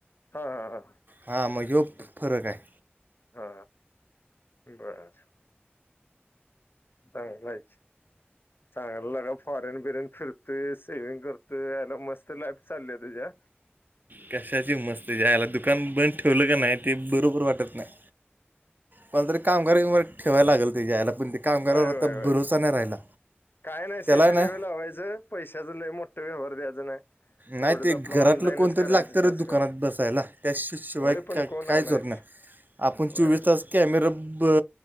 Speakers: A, on the left (about 60°); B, on the right (about 50°).
A: हा हा हा
B: हा म ह्यो फ फरक आहे.
A: हा बर. चांगलायच. चांगल लगा फॉरेन बिरेन फिरतय सेविंग करत याला मस्त त लाईफ चालल्या तुझी आ.
B: कशाची मस्त <unintelligible> ठेवलं का नाही ते बरोबर वाटत नाही. कोणाला तरी कामगार बिमगार ठेवायला लागेल तेजा आयला पण ते कामगारावर
A: होय होय
B: आता
A: होय
B: भरोसा नाही राहिला
A: काय नाय
B: त्याला
A: सी सी
B: ना
A: टी व्ही लावायचं पैशाच लै मोठं व्यवहार द्याचं नाही.
B: नाही
A: तेवढंच
B: ते
A: आपलं
B: घरातलं
A: ऑनलाईनच
B: कोणतरी
A: करायचं
B: लागतं र
A: जास्त
B: दुकानात बसायला त्याशि-शिवाय
A: होय पण
B: काय
A: कोण
B: कायच
A: आणायचं
B: होत नाय, आपण
A: होय
B: चोवीस तास कॅमेर ब